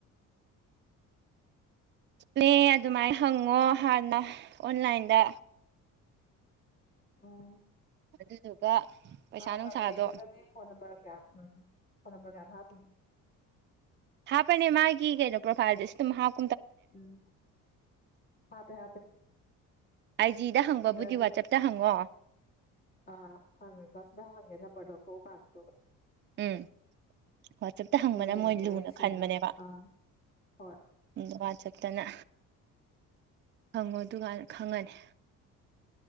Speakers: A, on the right; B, on the left.
A: ꯏꯁꯄ꯭ꯂꯦ ꯑꯗꯨꯃꯥꯏꯟ ꯍꯪꯉꯣ ꯍꯥꯟꯅ ꯑꯣꯟꯂꯥꯏꯟꯗ
B: ꯑꯣ
A: ꯑꯗꯨꯗꯨꯒ ꯄꯩꯁꯥ
B: ꯃꯥꯏ
A: ꯅꯨꯡꯁꯥꯗꯣ
B: ꯀꯃꯦꯟꯇꯒꯗꯤ ꯐꯣꯟ ꯅꯝꯕꯔꯒ ꯀꯌꯥꯝ ꯎꯝ ꯐꯣꯟ ꯅꯝꯕꯔꯒ ꯌꯥꯝ ꯍꯥꯞꯄꯤ
A: ꯍꯥꯞꯄꯅꯦ ꯃꯥꯒꯤ ꯀꯩꯅꯣ ꯄ꯭ꯔꯣꯐꯥꯏꯜꯗꯁꯨ ꯑꯗꯨꯝ ꯍꯥꯞ
B: ꯎꯝ ꯍꯥꯞꯄꯦ ꯍꯥꯞꯄꯦ
A: ꯑꯥꯏ ꯖꯤꯗ ꯍꯪꯕꯕꯨꯗꯤ
B: ꯑꯗ ꯑꯗꯨꯝ
A: ꯋꯥꯆꯞꯇ ꯍꯪꯉꯣ
B: ꯑꯥ ꯍꯪꯉꯒꯥ ꯁꯤꯗ ꯍꯪꯒꯦ ꯅꯝꯕ꯭ꯔꯥꯗꯣ ꯂꯧꯊꯣꯛꯑꯀꯥꯟ ꯇꯧꯔꯒ
A: ꯎꯝ ꯋꯥꯆꯞꯇ ꯍꯪꯕꯅ
B: ꯑꯗꯨꯒ ꯍꯦꯟꯅ
A: ꯃꯣꯏ
B: ꯃꯌꯦꯛ
A: ꯂꯨꯅ
B: ꯁꯦꯡꯉꯅꯤ
A: ꯈꯟꯕꯅꯦꯕ
B: ꯑꯥ ꯍꯣꯏ
A: ꯎꯝ ꯋꯥꯆꯞꯇꯅ ꯍꯪꯉꯣ ꯑꯗꯨꯒꯥꯟ ꯈꯪꯉꯅꯤ